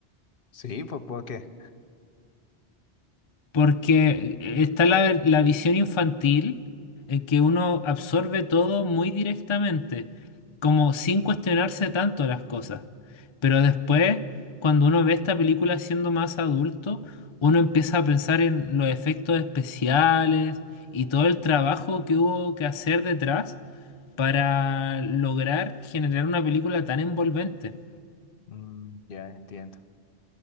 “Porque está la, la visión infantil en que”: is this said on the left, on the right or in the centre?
Left